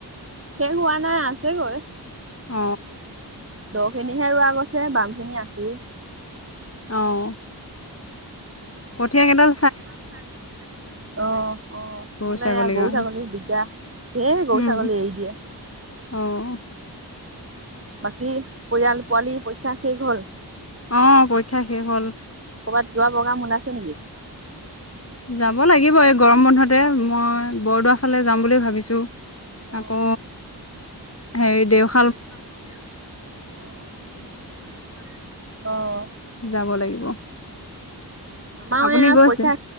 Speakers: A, on the right; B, on the left.
A: শেষ হোৱা নাই আছেগৈ,
B: অ',
A: ৰুবলৈ। দ খিনিহে ৰোৱা গৈছে বাম খিনি আছেই।
B: অ' কঠীয়া কেইডাল
A: চাই থাকিব লাগে, অ' অ' নহলে
B: গৰু ছাগলীৰ
A: গৰু,
B: কাৰণে
A: ছাগলী দিগদাৰ। ধেই গৰু-ছাগলী
B: উম,
A: এৰি দিয়ে।
B: অ'।
A: বাকী, পৰিয়াল, পোৱালী পৰীক্ষা শেষ হ'ল।
B: অ', পৰীক্ষা শেষ হ'ল।
A: ক'ৰবাত যোৱা প্ৰগ্ৰাম ওলাইছে নেকি?
B: যাব লাগিব, এই গৰম বন্ধতে, মই বৰদোৱা ফালে যাম বুলি ভাবিছো।
A: অ
B: আকৌ হেৰি, দেওশা
A: দেওশাল মন্দিৰত অ', বহুত দিন যোৱা নাই নহয়, অ'।
B: যাব লাগিব।
A: আমাৰ
B: আপুনি
A: এও
B: গৈছে
A: পৰীক্ষা